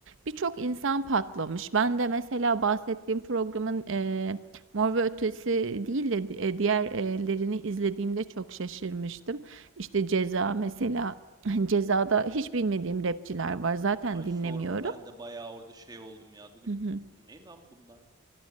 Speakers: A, on the right (about 60°); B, on the right (about 20°).
A: birçok insan patlamış. Ben de mesela bahsettiğim programın eee Mor ve Ötesi değil de e, diğerlerini izlediğimde çok şaşırmıştım. İşte Ceza mesela <laughs> Ceza'da hiç bilmediğim rapçiler var. Zaten
B: Ay
A: dinlemiyorum.
B: sorma ben de bayağı orada şey oldum ya dedim.
A: Hı hı.
B: Ne lan bunlar?